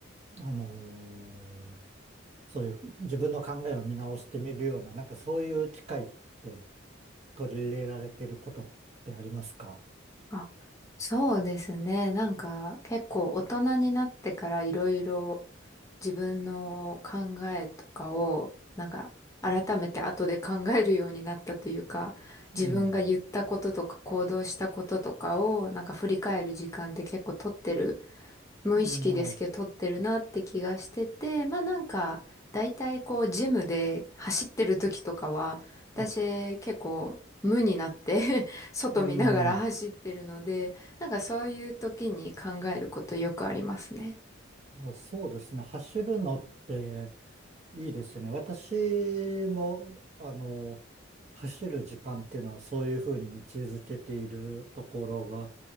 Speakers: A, on the right; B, on the left.
A: あの、そういう自分の考えを見直してみるような、なんかそういう機会って取り入れられてることってありますか
B: あそうですね。なんか結構大人になってからいろいろ自分の考えとかをなんか改めて後で考えるようになったというか自分が言ったこととか行動したこととかをなんか振り返る時間って結構取ってる
A: うん。
B: 無意識ですけど取ってるなって気がしてて、
A: うん、まあ、
B: まあなんか、だいたいこう、ジムで走ってる時とかは、私結構無になって
A: あ、
B: <laughs> 外見ながら走ってるので、
A: うん。
B: なんかそういう時に考えることよくありますね。
A: あ、そうですね。走るのっていいですよね。私も、あの、走る時間っていうのはそういうふうに位置づけているところが